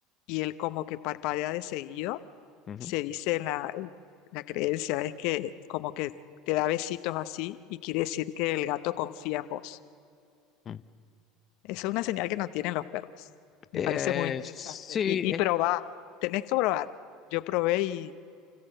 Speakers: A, on the left (about 65°); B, on the left (about 35°).
A: y él como que parpadea de seguido,
B: ujú,
A: se dice en la, en la creencia, es que como que te da besitos así y quiere decir que el gato confía en vos.
B: ujú.
A: Eso es una señal que no tienen los perros. Me
B: Eh,
A: parece muy interesante.
B: sí,
A: Y, y
B: es-
A: probar, tenés que probar. Yo probé y